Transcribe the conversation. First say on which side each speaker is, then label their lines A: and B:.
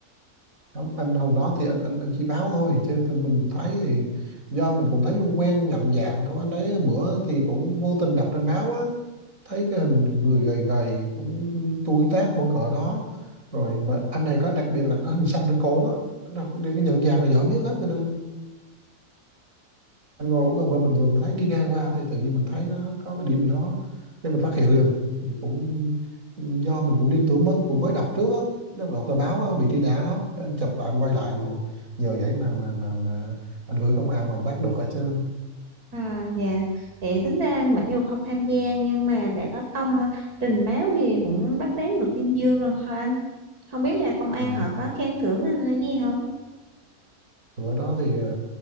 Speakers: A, on the right; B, on the right.
A: không anh hồi đó thì anh anh anh chỉ báo thôi chứ tụi mình thấy thì do mình cũng thấy quen quen nhận dạng đâu anh đấy bữa thì cũng vô tình đọc trên báo á thấy cái hình người gầy gầy cũng tuổi tác khoảng cỡ đó rồi mà anh này có đặc biệt là có hình xăm trên cổ á đặc biệt cái nhận dạng là dễ biết lắm cho nên ăn ngồi uống cà phê bình thường thấy đi ngang qua thì tự nhiên mình thấy nó có cái điểm gì đó nên mình phát hiện liền mình cũng do mình cũng liên tưởng mới cũng mới đọc trước á đọc, đọc tờ báo á, bị truy nã đó Cái anh chụp lại anh quay lại rồi nhờ vậy mà mà mà mà anh gửi công an mà bắt được rồi chứ
B: À, dạ. Vậy tính ra mặc dù không tham gia nhưng mà đã có công trình báo thì cũng bắt đáng được tuyên dương rồi hả anh? Không biết là công an
A: ừ.
B: họ có khen thưởng anh là gì không?
A: bữa đó thì ờ,